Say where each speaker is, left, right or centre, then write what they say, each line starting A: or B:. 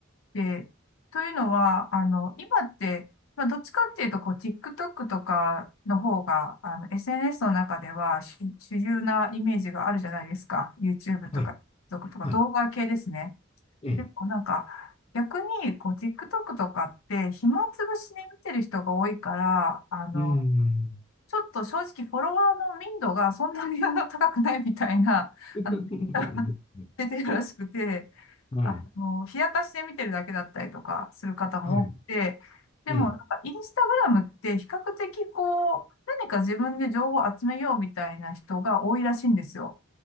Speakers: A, on the left; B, on the left.
A: で、というのは、あの、今って、まあ、どっちかっていうと、こう、TikTok とかの方が、あの、SNS の中では主、主流なイメージがあるじゃないですか。YouTube
B: はい。
A: とか、TikTok とか、
B: はい。
A: 動画系ですね。
B: ええ。
A: でも、なんか、逆に、こう、TikTok とかって、暇つぶしに見てる人が多いから、あの、
B: うーん。
A: ちょっと正直、フォロワーの民度がそんなにあの高くないみたいな、
B: <laughs>
A: あの、<laughs>
B: なんですね
A: 出てるらしくて、
B: はい。
A: あの、冷やかしで見てるだけだったりとかする方も多くて、
B: はい。
A: でもなんかインスタグラムって比較的こう、
B: ええ。
A: 何か自分で情報を集めようみたいな人が多いらしいんですよ。